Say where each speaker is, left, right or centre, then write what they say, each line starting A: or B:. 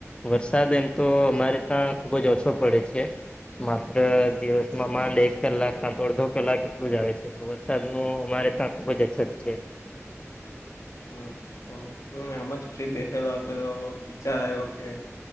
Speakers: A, on the left; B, on the left.
A: વરસાદ એમ તો અમારે ત્યાં ખુબ જ ઓછો પડે છે. માત્ર દિવસમાં માંડ એક કલાક ક તો અડધો કલાક એટલું જ આવે છે. તો વરસાદ ન અમારે તાપ જ અસત છે.
B: હમ તો હમ આમ જ ફ્રી બેઠેલો હતો તો વિચાર આવ્યો કે.